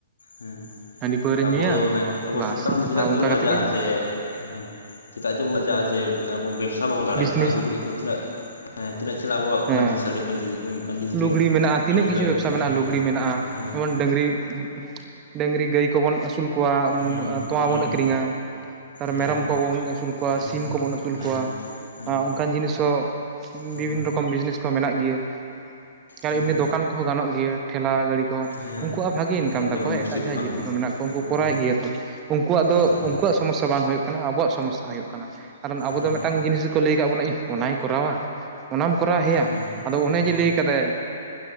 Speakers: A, on the left; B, on the right.
A: ᱦᱮᱸ
B: ᱦᱟᱺᱰᱤ ᱯᱟᱹᱣᱨᱟᱹᱧ
A: ᱟᱨ
B: ᱧᱩᱭᱟ
A: ᱟᱵᱚ ᱫᱚ ᱢᱟᱱᱮ ᱟᱵᱚ
B: ᱵᱟᱥ
A: ᱥᱟᱱᱛᱟᱲ ᱫᱚ ᱪᱮᱫᱟᱜ
B: ᱟᱨ ᱚᱱᱠᱟ
A: ᱪᱚᱢ ᱞᱟᱡᱟᱜᱼᱟ
B: ᱠᱟᱛᱮ ᱜᱮ
A: ᱡᱮ ᱦᱮᱸ ᱪᱮᱫᱟᱜ ᱡᱮ <inaudible> ᱞᱟᱡᱟᱜᱼᱟ ᱡᱮ ᱟᱵᱚ ᱵᱮᱵᱥᱟ ᱵᱟᱵᱚᱱ ᱫᱟᱲᱮᱜᱼᱟ
B: ᱵᱤᱡᱽᱱᱮᱥ
A: ᱡᱟᱦᱟᱸᱱᱟᱜ ᱞᱩᱜᱽᱲᱤᱡ ᱠᱚ ᱛᱤᱱᱟᱹᱜ ᱦᱮᱸ ᱛᱤᱱᱟᱹᱜ ᱪᱮᱨᱦᱟᱱᱟ ᱟᱵᱚᱣᱟᱜ
B: ᱦᱮᱸ
A: ᱯᱟᱹᱧᱪᱤ ᱥᱟᱹᱲᱤ ᱯᱟᱹᱧᱤ ᱯᱟᱹᱧᱪᱤ ᱫᱷᱩᱛᱤ᱾
B: ᱞᱩᱜᱽᱲᱤ ᱢᱮᱱᱟᱜᱼᱟ ᱛᱤᱱᱟᱹᱜ
A: ᱤᱭᱟᱹ ᱠᱚᱨᱮ
B: ᱠᱤᱪᱷᱩ ᱵᱮᱵᱽᱥᱟ ᱢᱮᱱᱟᱜᱼᱟ
A: ᱦᱮᱸ
B: ᱞᱩᱜᱽᱲᱤ ᱢᱮᱱᱟᱜᱼᱟ
A: ᱦᱮᱸ
B: ᱡᱮᱢᱚᱱ ᱰᱟᱹᱝᱨᱤ ᱰᱟᱹᱝᱨᱤ ᱜᱟᱹᱭ ᱠᱚᱵᱚᱱ ᱟᱹᱥᱩᱞ ᱠᱚᱣᱟ ᱩᱸ
A: ᱦᱩᱸ
B: ᱛᱚᱣᱟ
A: ᱦᱩᱸ
B: ᱵᱚᱱ ᱟᱹᱠᱷᱨᱤᱝᱟ᱾ ᱛᱟᱨ
A: ᱦᱮᱸ
B: ᱢᱮᱨᱚᱢ ᱠᱚ ᱵᱟᱵᱚᱱ ᱟᱹᱥᱩᱞ ᱠᱚᱣᱟ
A: ᱦᱮᱸ
B: ᱥᱤᱢ ᱠᱚᱵᱚᱱ ᱟᱹᱥᱩᱞ
A: ᱦᱮᱸ
B: ᱠᱚᱣᱟ,
A: ᱦᱮᱸ
B: ᱚᱱᱠᱟᱱ ᱡᱤᱱᱤᱥ ᱦᱚᱸ
A: ᱦᱮᱸ
B: ᱵᱤᱵᱷᱤᱱᱱᱚ ᱨᱚᱠ ᱠᱚᱢ ᱵᱤᱡᱽᱱᱮᱥ ᱠᱚ ᱢᱮᱱᱟᱜ ᱜᱮᱭᱟ᱾ ᱟᱨ
A: ᱦᱩᱸ
B: ᱮᱢᱱᱤ ᱫᱚᱠᱟᱱ ᱠᱚᱦᱚᱸ ᱜᱟᱱᱚᱜ ᱜᱮᱭᱟ ᱴᱷᱮᱞᱟ ᱜᱟᱹᱲᱤ ᱠᱚ,
A: ᱦᱮᱸ
B: ᱩᱱᱠᱩᱣᱟᱜ ᱦᱚᱸ ᱵᱷᱟᱜᱨ ᱤᱱᱠᱟᱢ ᱛᱟᱠᱚ
A: ᱡᱮᱢᱚᱱ ᱵᱷᱩᱥᱤ
B: ᱮᱴᱟᱜ ᱡᱟᱦᱟᱸᱭ
A: ᱫᱚᱠᱟᱱ
B: ᱡᱟᱹᱛᱤ ᱠᱚ ᱢᱮᱱᱟᱜ <unintelligible> ᱠᱩ
A: ᱦᱮᱸ
B: ᱠᱚᱨᱟᱣᱮᱫ ᱜᱮᱭᱟ ᱛᱚ, ᱩᱱᱠᱩᱣᱟᱜ ᱫᱚ
A: ᱦᱮᱸ
B: ᱩᱱᱠᱩᱣᱟᱜ ᱥᱚᱢᱚᱥᱥᱟ ᱵᱟᱝ ᱦᱩᱭᱩᱜ ᱠᱟᱱᱟ ᱟᱵᱚᱣᱟᱜ ᱥᱚᱢᱚᱥᱥᱟ ᱦᱳᱭᱳᱜ ᱠᱟᱱᱟ, ᱠᱟᱨᱚᱱ ᱟᱵᱚ
A: ᱦᱮᱸ
B: ᱫᱚ ᱢᱤᱫᱴᱟᱝ ᱡᱤᱱᱤᱥ ᱜᱮᱠᱚ ᱞᱟᱹᱭ ᱠᱟᱫ ᱵᱚᱱᱟ ᱤᱦ ᱚᱱᱟᱭ ᱠᱚᱨᱟᱣᱟ᱾ ᱚᱱᱟᱢ ᱠᱚᱨᱟᱣ ᱦᱮᱭᱟ
A: ᱦᱮᱸ
B: ᱟᱫᱚ ᱚᱱᱮ
A: ᱦᱮᱸ
B: ᱡᱮ ᱞᱟᱹᱭ ᱠᱟᱫᱟᱭ,